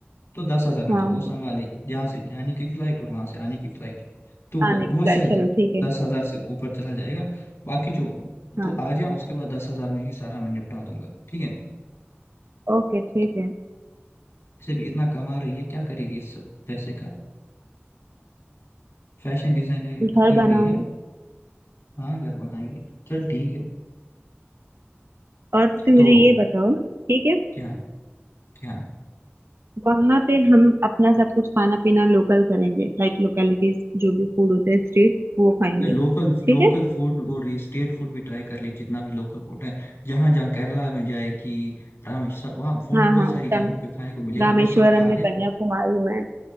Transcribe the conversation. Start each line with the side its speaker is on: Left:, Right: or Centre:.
Left: तो दस हजार में
Right: हाँ
Left: तो वो
Right: हाँ
Left: संभालेगी यहाँ से जाने की फ्लाइट और वहां से आने की फ्लाइट तो वो
Right: आने की
Left: वो
Right: फ्लाइट
Left: शायद
Right: चलो ठीक है
Left: दस हजार से ऊपर चला जाएगा बाकी जो
Right: हाँ
Left: तो आ जा उसके बाद दस हजार में ही सारा मैं निपटा दूंगा ठीक है
Right: ओके ठीक है
Left: इसे भी इतना कमा रही है क्या करेगी इस सब पैसे का फैशन डिजाइनिंग
Right: घर
Left: कर रही
Right: बनाऊंगी
Left: है हाँ घर बनाएगी चल ठीक है
Right: और तो तुम मुझे
Left: तो
Right: ये बताओ ठीक है
Left: क्या क्या
Right: वहां पे हम अपना सब कुछ खाना पीना लोकल करेंगे लाइक लोकेलिटीज जो भी फूड होते हैं स्ट्रीट वो खाएंगे
Left: लोकल
Right: ठीक
Left: लोकल
Right: है
Left: फूड और ये स्टेट फूड भी ट्राई कर लिए जितना भी लोकल फूड है जहाँ जहाँ केरला में जाएगी रामेश्वर सब वहाँ फूड
Right: हाँ
Left: बहुत
Right: हाँ
Left: सारी जगहों
Right: तम
Left: पे खाने को मिलेगा
Right: रामेश्वरम
Left: वो सब खा
Right: में
Left: ले।
Right: कन्याकुमारी में